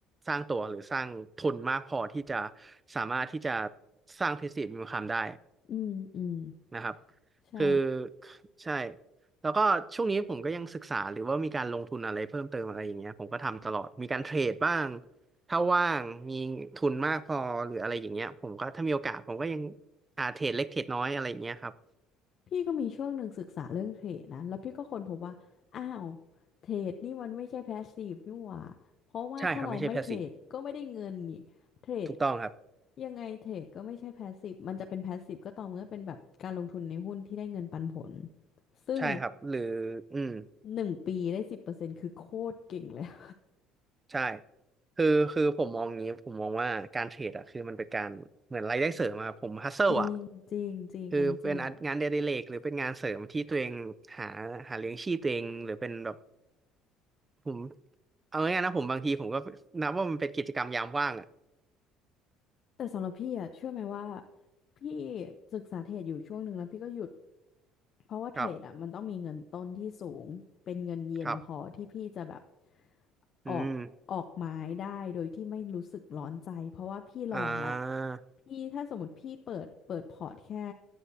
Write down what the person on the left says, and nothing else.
อืม อืม
ใช่
พี่ก็มีช่วงหนึ่งศึกษาเรื่องเทรดนะแล้วพี่ก็ค้นพบว่าอ้าวเทรดนี่มันไม่ใช่แพสซีฟนี่หว่าเพราะว่าถ้าเราไม่เทรดก็ไม่ได้เงินนี่เทรด
ยังไงเทรดก็ไม่ใช่แพสซีฟมันจะเป็นแพสซีฟก็ต่อเมื่อเป็นแบบการลงทุนในหุ้นที่ได้เงินปันผลซึ่ง
หนึ่งปีได้สิบเปอร์เซ็นต์คือโคตรเก่งเลว
<laughs> จริงจริงจริงอันนี้จริง
แต่สำหรับพี่อะเชื่อไหมว่าพี่ศึกษาเทรดอยู่ช่วงหนึ่งแล้วพี่ก็หยุด เพราะว่าเทรดอ่ะมันต้องมีเงินต้นที่สูงเป็นเงินเย็นพอที่พี่จะแบบ
ออกออกไม้ได้โดยที่ไม่รู้สึกร้อนใจเพราะว่าพี่ลองแล้ว
พี่ถ้าสมมติพี่เปิดเปิดพอร์ตแค่